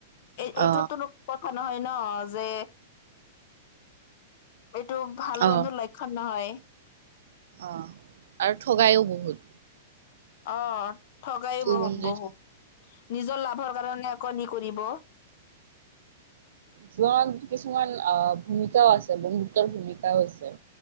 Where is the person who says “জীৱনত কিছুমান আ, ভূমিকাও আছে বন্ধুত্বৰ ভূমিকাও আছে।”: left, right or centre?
Right